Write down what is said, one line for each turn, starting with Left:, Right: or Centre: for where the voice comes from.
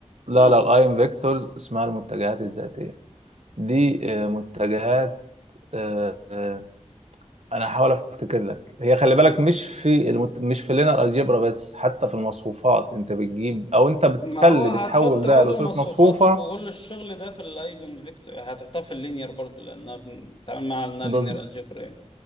Right: لا
Left: امم
Right: لا الايم فيكتورز اسمها المتجهات الذاتية دي آه، متجهات آه، آه، انا هحاول افتكر لك هي خلي بالك مش في المت... مش في اللينير الجبرا بس حتى في المصفوفات انت بتجيب او انت بتخلي
Left: ما هو هتحط
Right: بتحول
Left: برضو
Right: ده لصورة
Left: المصفوفات
Right: مصفوفة
Left: وكل الشغل ده في الايجن فيكتور هتحطها في اللينير برضو لانها بنتعامل معاها لانها
Right: بز...
Left: لينير الجبرا يعني